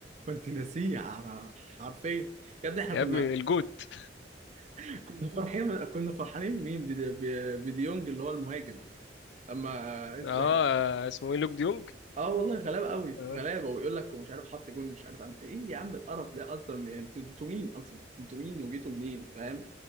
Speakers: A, on the right; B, on the left.
A: كنت ناسيه على حرفيا يا ابني احنا
B: يا
A: كنا
B: ابني الجوت
A: <laughs> كنا فرحين كنا فرحانين مين ب- ب- بديونج اللي هو المهاجم اما اس-
B: اه
A: إحنا-
B: اسمه ايه لوك ديونج
A: اه والله غلابه قوي
B: اه
A: غلابه ويقول لك مش عارف حط جون مش عارف عم... ايه يا عم القرف ده اصلا يعني انتوا انتوا مين اصلا انتوا مين وجيتوا منين فاهم